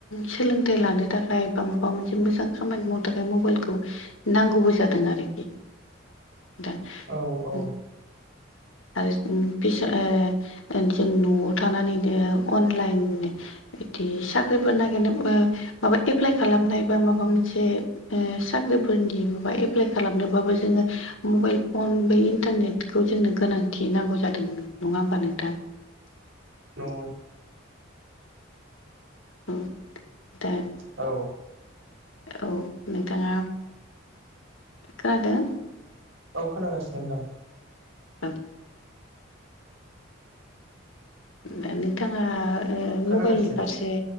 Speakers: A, on the left (about 75°); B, on the right (about 70°).
A: सोलोंथाइ लानो थाखाय बा माबा मोनसे मोजां खामानि मावनो थाखाय मबाइलखौ नांगौबो जादों आरोखि दा
B: औ औ
A: उम, आरो फिसा ओ ओ जों न'आव थानानैनो अनलाइन बिदि साख्रिफोर नागिरनाय माबा एप्लाइ खालामनाय बा माबा मोनसे ओ साख्रिफोरनि माबा एप्लाइ खालामनोबाबो जोङो मबाइल फन बै इन्टारनेट खौ जोंनो गोनांथि नांगौ जादों नङा होमबा नोंथां?
B: नंगौ
A: औ दे
B: औ
A: औ नोंथाङा खोनादों?
B: औ खोनागासिनो दं।
A: औ दा नोंथाङा ओ
B: खोनागासिनो
A: मबाइलनि फारसे